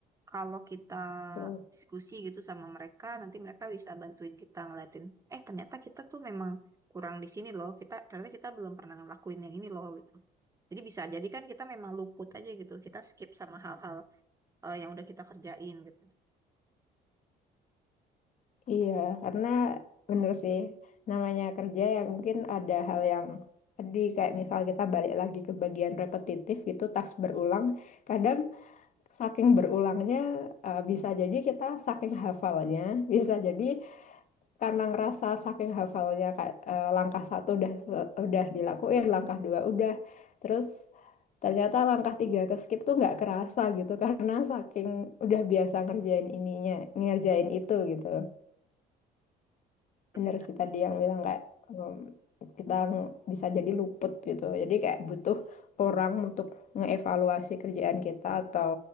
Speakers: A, on the right; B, on the left.
A: kalau kita
B: Tuh.
A: diskusi gitu sama mereka, nanti mereka bisa bantuin kita ngeliatin, eh ternyata kita tuh memang kurang di sini loh, kita ternyata kita belum pernah ngelakuin yang ini loh gitu. Jadi bisa jadi kan kita memang luput aja gitu, kita skip sama hal-hal eh, yang udah kita kerjain gitu.
B: Iya, karena bener sih namanya kerja ya mungkin ada hal yang tadi kayak misal kita balik lagi ke bagian repetitif gitu, tas berulang. Kadang saking berulangnya eh, bisa jadi kita saking hafalnya, <laughs> bisa jadi karena ngerasa saking hafalnya kayak eh, langkah satu udah udah dilakuin, langkah dua udah, terus ternyata langkah tiga ke skip tuh nggak kerasa gitu <laughs> karena saking udah biasa ngerjain ininya, ngerjain itu gitu. bener
A: Benar.
B: sih tadi
A: Iya.
B: yang bilang kayak em, kita ng- bisa jadi luput gitu. Jadi kayak butuh orang untuk ngeevaluasi kerjaan kita atau